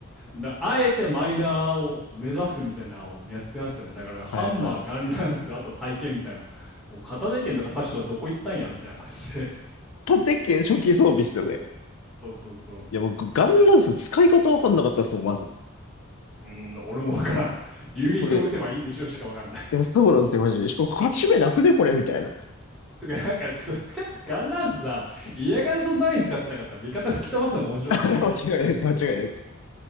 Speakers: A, in the centre; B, on the left (about 80°).
A: なあえてマイナーを目指すみたいなのをやってましたね。だからハンマー、
B: はいはい。
A: ガンランス、あと体験みたいな、もう片手剣とか他確がどこ行ったんやみたいな感じで、
B: 片手剣初期装備っすよね。
A: そうそうそう。
B: いや、僕、ガンランス使い方わかんなかったっすもん、まず。
A: うーん、俺もわからん。流撃を打てばいいんでしょうしかわかんない。
B: これ。いや、そうなんですよ、マジで。しかも、勝ち目なくね、これ、みたいな。
A: とか、なんか、どっちかってガンランスさ、嫌がらせのために使ってなかったら、味方吹き飛ばすのが面白かったから。
B: <laughs> 間違いないです、間違いないです。